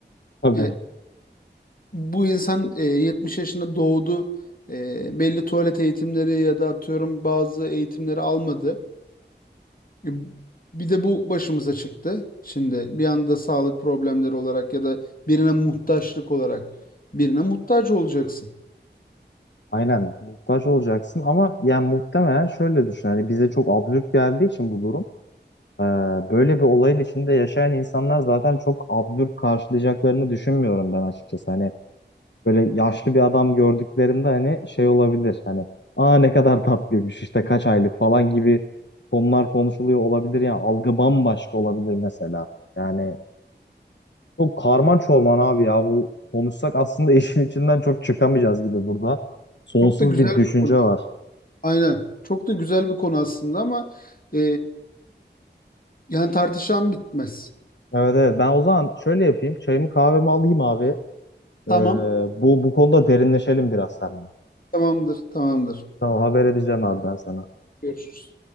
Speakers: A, on the left; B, on the left.
A: Tabii.
B: E, bu insan e, 70 yaşında doğdu. E, belli tuvalet eğitimleri ya da atıyorum bazı eğitimleri almadı. E, bir de bu başımıza çıktı. Şimdi bir anda sağlık problemleri olarak ya da birine muhtaçlık olarak birine muhtaç olacaksın.
A: Aynen muhtaç olacaksın ama yani muhtemelen şöyle düşün. Hani bize çok absürt geldiği için bu durum. e, böyle bir olayın içinde yaşayan insanlar zaten çok absürt karşılayacaklarını düşünmüyorum ben açıkçası. Hani böyle yaşlı bir adam gördüklerinde hani şey olabilir hani aa ne kadar tatlıymış işte kaç aylık falan gibi konular konuşuluyor olabilir yani algı bambaşka olabilir mesela. Yani çok karman çorman abi ya bu konuşsak aslında <laughs> işin içinden çok çıkamayacağız gibi burada. Sonsuz
B: Çok da güzel
A: bir düşünce
B: bir konu.
A: var.
B: Aynen. Çok da güzel bir konu aslında ama e, yani tartışan bitmez.
A: Evet evet ben o zaman şöyle yapayım çayımı kahvemi alayım abi.
B: Tamam.
A: Ee, bu bu konuda derinleşelim biraz seninle.
B: Tamamdır. Tamamdır.
A: Tamam haber edeceğim abi ben sana.
B: Görüşürüz.